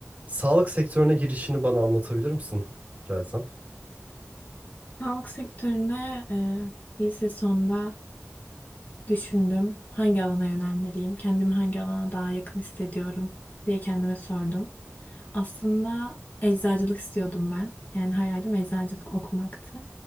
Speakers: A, on the right (about 35°); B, on the left (about 35°).
A: Sağlık sektörüne girişini bana anlatabilir misin? Rica etsem.
B: Sağlık sektörüne e, lise sonunda düşündüm. Hangi alana yönelmeliyim? Kendimi hangi alana daha yakın hissediyorum diye kendime sordum. Aslında eczacılık istiyordum ben. Yani hayalim eczacılık okumaktı.